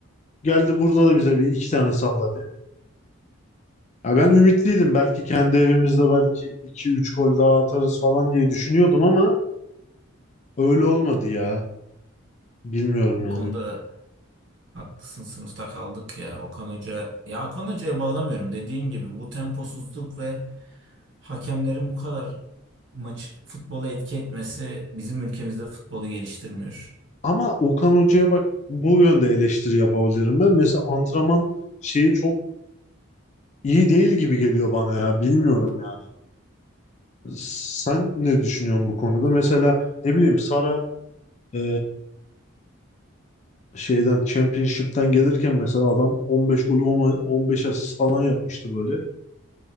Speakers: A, on the left; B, on the right.
A: Geldi burada da bize bir iki tane salladı. Ya ben ümitliydim. Belki kendi evimizde belki iki üç gol daha atarız falan diye düşünüyordum ama öyle olmadı ya. Bilmiyorum
B: bu
A: yani.
B: konuda haklısın. Sınıfta kaldık ya. Okan Hoca ya Okan Hoca'ya bağlamıyorum. Dediğim gibi bu temposuzluk ve hakemlerin bu kadar maç futbola etki etmesi bizim ülkemizde futbolu geliştirmiyor.
A: Ama Okan Hoca'ya bak bu yönde eleştiri yapabilirim ben. Mesela antrenman şeyi çok iyi değil gibi geliyor bana ya. Bilmiyorum yani. Sen ne düşünüyorsun bu konuda? Mesela ne bileyim Sara e, şeyden Championship'ten gelirken mesela adam 15 gol 10 15 asist falan yapmıştı böyle.